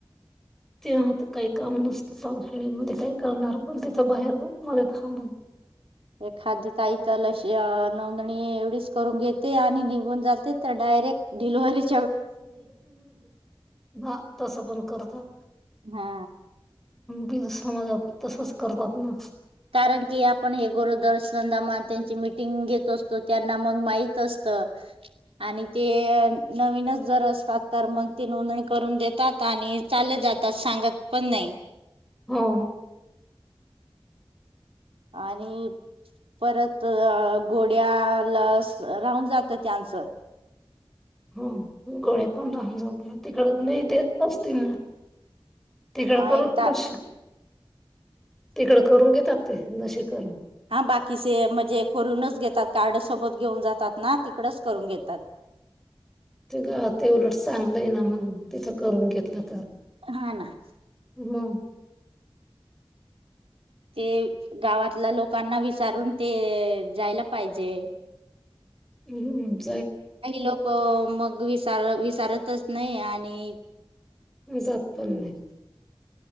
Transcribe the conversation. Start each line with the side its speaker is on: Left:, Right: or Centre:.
Centre: तेव्हा आता काही काम नसतं, पावसाळ्या मध्ये काय करणार, पण तिथं बाहेर मला थांबव-
Right: एखादी ताई तर अशी नोंदणी एवढीच करून घेते. आणि निघून जाते तर डायरेक्ट- डायरेक्ट डिलिव्हरी च.
Centre: हा, तस पण करतात.
Right: हा...
Centre: बीज समाजात तसच करतात ना <unintelligible>
Right: कारण की आपण हे गोरोदरसमा त्यांची मिटिंग घेत असतो, त्यांना मग माहत असत. आणि ते नवीनच जर असतात. तर मग ते नोंदणी करून देतात. आणि चालले जातात. सांगत पण नाही.
Centre: हो.
Right: आणि परत गोळ्या, लस, राहून जातं त्यांचं. हा <inaudible>
Centre: हो गोळ्या पण राहून जातात, तिकड नाही देत असतील ना. तिकड
Right: हा
Centre: पण
Right: एक ता
Centre: लशी, तिकडं करून घेतात ते लशी करन.
Right: हा बाकीचे म्हणजे करूनच घेतात. कार्ड सोबत घेऊन जातात ना, तिकडच करून घेतात.
Centre: ते ग, ते उलट, चांगलंय ना मग
Right: हा, ना
Centre: मग
Right: ते गावातल्या लोकांना विचारून, ते जायला पाहिजे
Centre: हम् हमम <unintelligible>
Right: काही लोक मग, विसार, विसारतच, नाही आणि
Centre: जात पण नाही.